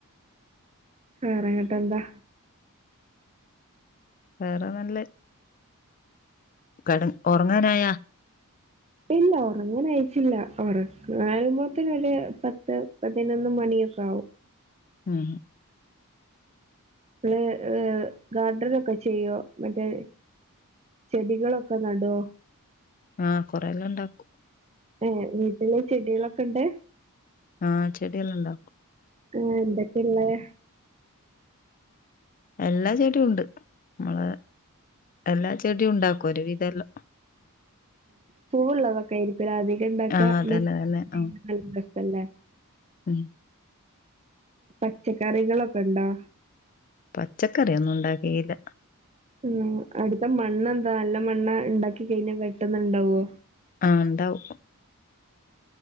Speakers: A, on the right; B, on the left.
A: വേറെ എന്താ
B: വേറെ നല്ല കട ഉറങ്ങാനായാ
A: ഇല്ല ഉറങ്ങാൻ അയച്ചില്ല ഉറങ്ങായ്പോത്തനൊ ഒരു പത്ത് പതിനൊന്ന് മണിയൊക്കെ ആകും
B: ഉം
A: ഇള ഏ ഗാർഡൻ ഒക്കെ ചെയ്യോ മറ്റേ ചെടികളൊക്കെ നടുവോ
B: ആഹ കൊറെല്ലാം ഇണ്ടാക്കും
A: ഏ വീട്ടില ചെടികളൊക്കെ ഉണ്ട്
B: ആഹ് ചെടികൾ ഉണ്ടാക്കും
A: ആഹ് എന്തൊക്കെ ഉള്ളത്
B: എല്ലാ ചെടും ഉണ്ട് നമ്മളെ എല്ലാ ചെടിയും ഉണ്ടാക്കും ഒരു വിധെല്ലാം
A: പൂവള്ളതൊക്കെ ആരിക്കും അധികം
B: ആഹ്
A: കം
B: അതന്നെ തന്നെ ആഹ്
A: ഇണ്ടാക്കാ ല്ലേ
B: ഉം
A: പച്ചക്കറികളൊക്കെ ഇണ്ടോ
B: പച്ചക്കറൊന്നും ഉണ്ടാക്കിയില്ല
A: ഉം അടുത്ത മണ്ണെന്താ നല്ല മണ്ണ് ഉണ്ടാക്കി കഴിഞ്ഞാൽ പെട്ടന്നുണ്ടാവുവോ
B: ആഹ് ഇണ്ടാവും